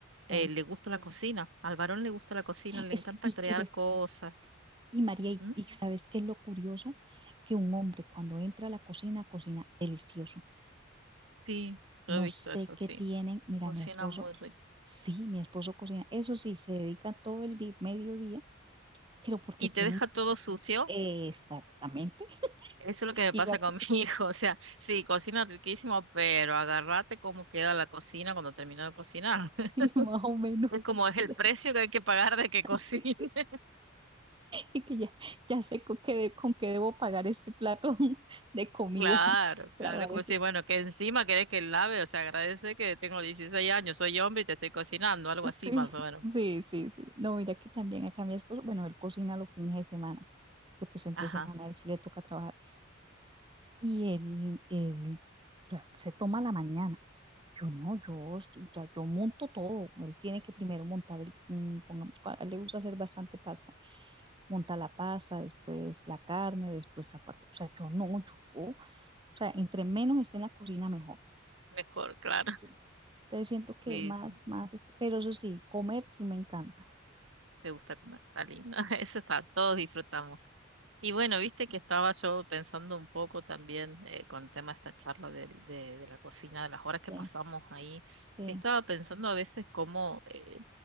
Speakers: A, on the right (about 75°); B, on the right (about 25°).
A: eh,
B: eh,
A: le gusta la cocina. Al varón le gusta la cocina, le
B: es
A: encanta
B: que- y
A: crear
B: que des-
A: cosas.
B: Y María, ¿y,
A: ¿Mm?
B: y sabes qué es lo curioso? Que un hombre cuando entra a la cocina, cocina delicioso.
A: Sí, yo
B: No
A: he visto
B: sé
A: eso,
B: qué
A: sí.
B: tienen. Mira,
A: Cocina
B: mi esposo,
A: muy rico.
B: sí, mi esposo cocina. Eso sí, se dedica todo el día, mediodía, pero porque
A: ¿Y
B: tienen
A: te deja todo sucio?
B: eh, exactamente, <laughs>
A: Eso es lo que me
B: iba
A: pasa con
B: <laughs>
A: <laughs> mi hijo. O sea, sí, cocina riquísimo, pero agárrate cómo queda la cocina cuando termino de cocinar. <laughs>
B: sí, más o menos.
A: Es como es el
B: <laughs>
A: precio que hay que pagar de que cocine.
B: Sí.
A: <laughs>
B: Y que ya, ya sé con qué, de- con qué debo pagar ese plato <laughs> de comida,
A: Claro,
B: <laughs>
A: claro.
B: lavar
A: Es como
B: ese.
A: si, bueno, que encima querés que lave. O sea, agradece que tengo 16 años, soy hombre y te estoy cocinando, algo
B: Sí,
A: así más
B: <laughs>
A: o menos.
B: sí, sí, sí. No, mira que también acá mi esposo, bueno, él cocina los fines de semana, que pues entre
A: Ajá,
B: semana a él sí le toca trabajar. Y él, él, o sea, se toma la mañana. Yo no, yo, est- o sea, yo monto todo. Él tiene que primero montar el, mm, pongamos, cua- a él le gusta hacer bastante pasta. Monta la pasta, después la carne, después aparte. O sea, yo no, yo, o sea, entre menos esté en la cocina, mejor.
A: mejor, claro.
B: ¿sí?
A: <laughs>
B: Entonces siento que
A: Sí,
B: es más,
A: sí.
B: más, es- pero eso sí, comer sí me encanta.
A: Te gusta comer, está lindo. <laughs> Eso está, todos disfrutamos. Y bueno, viste que estaba yo pensando un poco también eh, con el tema de esta charla del- de, de la cocina, de las horas que
B: Sí,
A: pasamos ahí.
B: sí.
A: Estaba pensando a veces cómo eh,